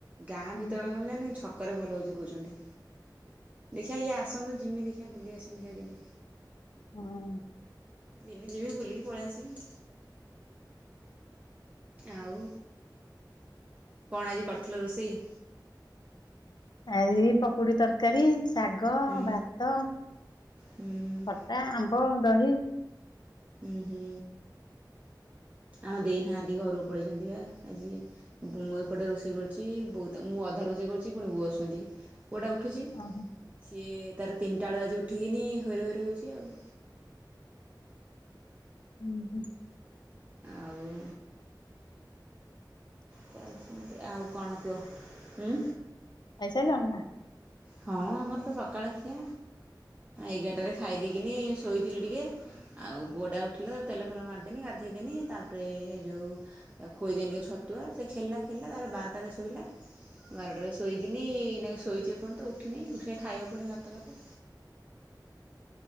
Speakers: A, on the right; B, on the left.
A: ଗାଁ
B: ହଁ
A: ଭିତର
B: ହଁ
A: କଥା ମୁଁ ଜାଣିନେଇଁ କିନ୍ତୁ ଛ ଛକରେ ଭଲ ହୋଉଚି କୋଉଚନ୍ତି। ଦେଖିଆ ଇଏ ଆସନ୍ତୁ ଜିମି ଦେଖି ବୁଲି ଆସିମି ଦେଖିଆ ଦିନେ
B: ହଁଅ।
A: ଦିନେ ଯିବି ବୁଲିକି ପଳେଇ ଆସିବି। ଆଉ କଣ ଆଜି କରିଥିଲ ରୋଷେଇ?
B: ଆଜି ପକୁୋଡି ତରକାରୀ ଶାଗ,
A: ହୁଁ
B: ଭାତ,
A: ହୁଁ
B: ଖଟା, ଆମ୍ବ ଦହି।
A: ହୁଁ ହୁଁ ଆମ ଦେଇନାହାନ୍ତି ଘରକୁ ପଳେଇଛନ୍ତି ବା ଆଜି ମୁଁ ଏପଟେ ରୋଷେଇ କରୁଛି, ମୁଁ ଅଧା ରୋଷେଇ କରୁଛି ପୁଣି ବୋଉ ଆସୁଛନ୍ତି। ପୁଅଟା ଉଠୁଛି
B: ଓହୋ
A: ସିଏ-ଏ-ଏ-ଏ ତାର ତିନିଟା ବେଳୁ ବାଜି ଉଠିକିନି ହୁରୁ ହୁରୁ ହଉଛି ଆଉ।
B: ହୁଁ ହୁଁ।
A: ଆଉ ଚାଲ ଏମିତି, ଆଉ କଣ କୁହ? ଉଁ।
B: ଖାଇସରିଲନି ନା?
A: ହଁ ଆମର ତ ସକାଳ ଖିଆ ଏଗାରଟାରେ ଖାଇ ଦେଇେଇକିନି ଶୋଇଥିଲି ଟିକେ। ଆଉ ପୁଅଡ଼ା ଉଠିଲା ତା ତେଲ ଫେଲ ମାରିଦେନି ଗାଧେଇଦେନି ତାପରେ-ଏ-ଏ ଯେଉଁ ଖୋଇଦେନି ଟିକେ ଛତୁଆ ସେ ଖେଲା ଖେିଲଲା ତାପରେ ବାରଟାରେ ଶୋଇଲା ବାରଟାରେ ଶୋଇକିନି-ଇ-ଇ ଏଇନାଗେ ଶୋଇଛି ଏପର୍ଯ୍ୟନ୍ତ ଉଠିନି ଉଠିଲେ ଖାଇବ ପୁଣି ଭାତ ଭାତ।